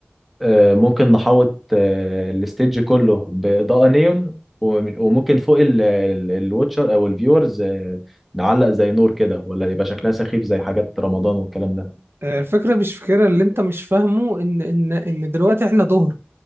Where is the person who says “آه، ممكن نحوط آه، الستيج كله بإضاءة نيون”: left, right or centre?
Centre